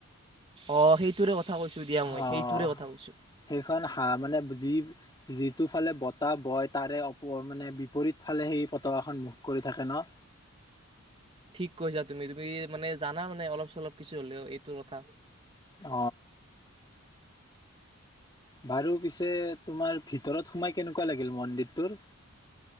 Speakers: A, on the right; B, on the left.
A: অঁ সেইটোৰে কথা কৈছো দিয়া মই
B: অ',
A: সেইটোৰে কথা কৈছো
B: সেইখন হা মানে যি যিটো ফালে বতাহ বয়, তাৰে মানে বিপৰীত ফালে সেই পতাকাখন মুখ কৰি থাকে ন?
A: ঠিক কৈছা তুমি-তুমি মানে জানা মানে অলপ চলপ কিছু হলেও এইটো কথা।
B: অ বাৰু পিছে তোমাৰ ভিতৰত সোমাই কেনেকুৱা লাগিল মন্দিৰটোৰ?